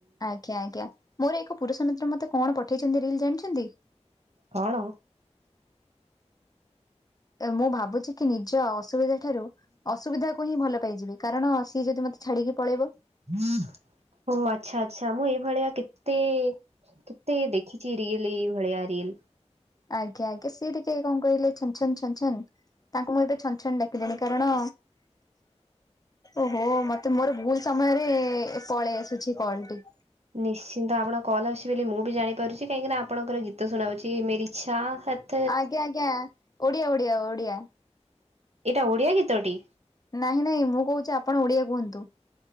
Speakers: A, on the left (about 35°); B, on the right (about 65°).
A: ଆଜ୍ଞା ଆଜ୍ଞା ମୋର ଏକ ପୁରୁଷ ମିତ୍ର ମତେ କଣ ପଠେଇଛନ୍ତି ରିଲ ଜାଣିଛନ୍ତି
B: କଣ?
A: ମୁଁ ଭାବୁଛି କି ନିଜ ଅସୁବିଧା ଠାରୁ ଅସୁବିଧାକୁ ହିଁ ଭଲ ପାଇଯିବି କାରଣ ସିଏ ଯଦି ମତେ ଛାଡିକି ପଳେଇବ
B: ଓହୋ ଆଚ୍ଛା ଆଚ୍ଛା ମୁଁ ଏଇ ଭଳିଆ କେତେ କେତେ ଦେଖିଛି ରିଲ ଏଇ ଭଳିଆ ରିଲ।
A: ଆଜ୍ଞା ଆଜ୍ଞା ସେ ଟିକେ କଣ କହିଲେ ଛନ୍ ଛନ୍ ତାଙ୍କୁ ମୁଁ ଏବେ ଛନ ଛନ ଡାକିଲିଣି କାରଣ ଓହୋ ମତେ ମୋର ଭୁଲ ସମୟରେ ପଳେଇ ଆସୁଛି କଲଟି
B: ନିଶ୍ଚିନ୍ତ ଆପଣ କଲ ଆସିଛି ବୋଲି ମୁଁ ବି ଜାଣିପାରୁଛି କାହିଁକି ନା ଆପଣଙ୍କର ଗୀତ ଶୁଣାଉଛି ମେରି ଚାହତ୍
A: ଆଜ୍ଞା ଆଜ୍ଞା ଓଡିଆ ଓଡିଆ ଓଡିଆ।
B: ଏଇଟା ଓଡ଼ିଆ ଗୀତଟି?
A: ନାଇଁ ନାଇଁ ମୁଁ କହୁଛି ଆପଣ ଓଡିଆ କୁହନ୍ତୁ।